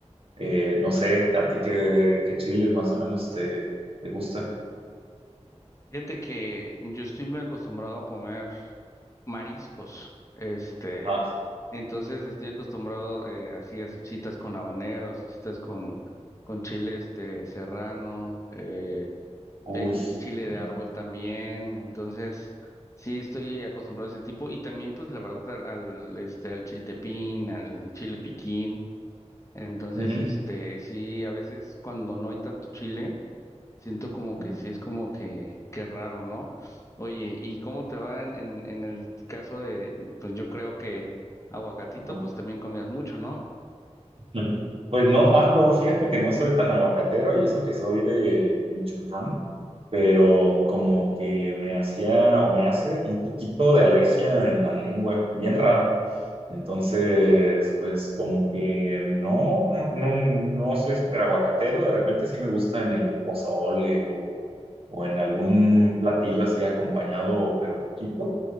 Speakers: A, on the right; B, on the left.
A: Eh, no sé, ¿a ti qué, qué chiles más o menos te, te gustan?
B: Fíjate que yo estoy muy acostumbrado a comer mariscos, este,
A: Ajá.
B: entonces estoy acostumbrado eh, así a salsitas con habanero, salsitas con, con chile este serrano, eh,
A: Uy.
B: el chile de
A: Ujú.
B: árbol también, entonces sí estoy acostumbrado a ese tipo y también pues la verdad al, al, este al chiltepín, al chile piquín, entonces
A: Ujú.
B: este sí a veces cuando no hay tanto chile siento como
A: Ujú.
B: que sí es como que que raro, ¿no? Oye, ¿y cómo te va en, en, en el caso de pues yo creo que aguacatito
A: Ujú.
B: pues también comías mucho, ¿no?
A: Ujú. Pues no tanto, fíjate que no soy tan aguacatero y eso que soy de Michoacán, pero como que me hacía o me hace un poquito de alergia en la lengua, bien raro. Entonces, pues como que no, no, no, no soy súper aguacatero, de repente sí me gusta en el pozole o, o en algún platillo así acompañado, pero poquito,